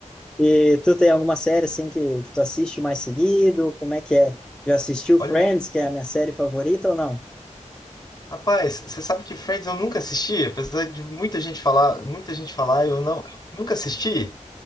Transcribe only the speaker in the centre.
E tu tem alguma série assim que, que tu assiste mais seguido? Como é que é? Já assistiu
Friends, que é a minha série favorita ou não?